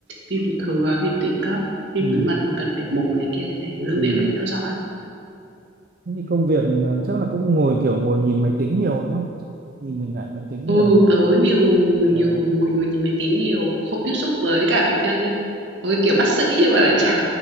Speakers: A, on the right (about 70°); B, on the right (about 50°).
A: viêm ruột thừa, viêm tụy cấp, viêm
B: ừ,
A: túi mật mà cần phải mổ này kia thì phải lưu
B: ừ.
A: viện lại theo dõi.
B: Thế thì công việc ờ, chắc là cũng ngồi kiểu ngồi nhìn máy tính nhiều đúng không? Chắc Nhìn hình ảnh máy tính nhiều
A: Ừ,
B: nhỉ?
A: tớ nhiều nhiều
B: À,
A: người nhìn máy tính nhiều, không tiếp xúc với cả bệnh nhân đấy. Với kiểu bác sĩ nhưng mà lại chả